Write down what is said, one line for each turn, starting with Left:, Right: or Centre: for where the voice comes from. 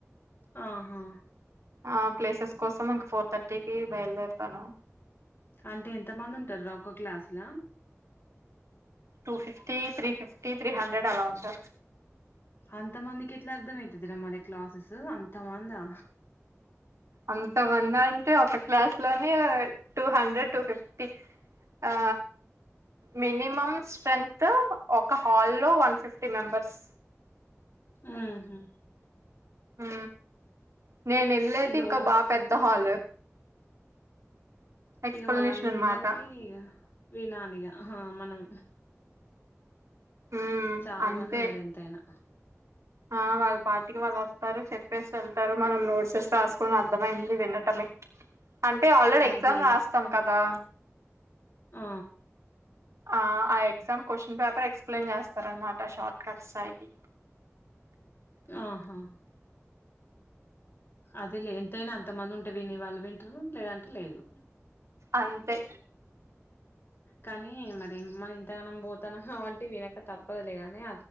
Left: ఆహా
Right: ఆ ప్లేసెస్ కోసం ఇంక ఫోర్ థర్టీకి బయలుదేరుతాను
Left: అంటే ఎంతమంది ఉంటారు రా ఒక క్లాసల
Right: two fifty three fifty three hundred అలా ఉంటారు
Left: అంత మందికి ఎట్లా అర్థం అవుతదిరా మరి క్లాసెస్ అంతమందా
Right: అంతమంది అంటే ఒక క్లాస్ లోనే టూ హండ్రెడ్ టూ ఫిఫ్టీ ఆ మినిమమ్ శ్రన్త్ ఒక హాల్లో వన్ ఫిఫ్టీ మెంబెర్స్
Left: ఉహు
Right: ఉ నేను వెళ్ళేది
Left: ఇగ
Right: ఇంకా
Left: వా
Right: బా పెద్ద హాలు ఎక్స్ప్లనేషన్
Left: ఇగ వాళ్ళందరికీ
Right: అనమాట
Left: ఇగ వినాలి ఇగ హా మనం
Right: ఉమ్
Left: చాలా
Right: అంతే
Left: మంది ఉన్నారు ఎంతైనా
Right: ఆ వాళ్ళ పాటికి వాళ్ళు వస్తారు చెప్పేసి వెళ్తారు మనం నాడ్సేస్ రాసుకొని అర్థమైంది వినటమే అంటే ఆల్రెడీ
Left: అంతే
Right: ఎగ్జామ్ రాస్తాం కదా
Left: ఉ
Right: ఆ ఆ ఎగ్జమ్ క్యూషన్ పేపర్ ఎక్స్ప్లెయిన్ చేస్తారనమట షార్ట్ కట్స్ అయ్యి
Left: ఆహా అదేలే ఎంతైనా అంత మంది ఉన్ వినేవాళ్ళు వింటరు లేదంటే లేదు
Right: అంతే
Left: కానీ మరి మన ఇంతగానం పోతానంకాబట్టి వినక తప్పదులే కానీ